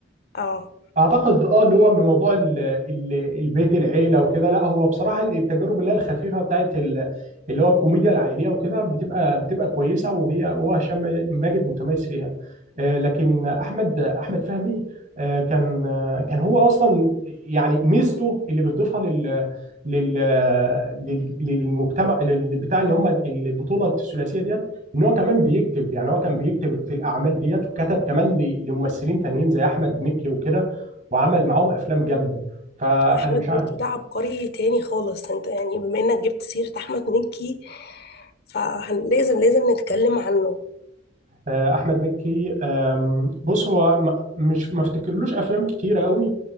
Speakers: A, on the left; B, on the right.
A: اه
B: اعتقد اه اللي هو من موضوع ال- ال- البيت العيله وكده لا هو بصراحه التجارب اللي هي الخفيفه بتاعت ال- اللي هو الكوميديا العائليه وكده بتبقى بتبقى كويسه وهي هو هشام ماجد متميز فيها آه، لكن احمد احمد فهمي آه، كان آه، كان هو اصلا يعني ميزته اللي بتضيفها لل لل لل- للمجتمع لل- بتاع اللي هم البطوله الثلاثيه ديت ان هو كمان بيكتب يعني هو كان بيكتب في الاعمال ديت وكتب كمان ل- لممثلين تانيين زي احمد مكي وكده وعمل معاهم افلام جامده فانا
A: احمد
B: مش عارف
A: مكي ده عبقري تاني خالص انت يعني بما انك جبت سيره احمد مكي فلازم لازم نتكلم عنه
B: آه، احمد مكي آم، بص هو م- مش ما افتكرلوش افلام كتيره قوي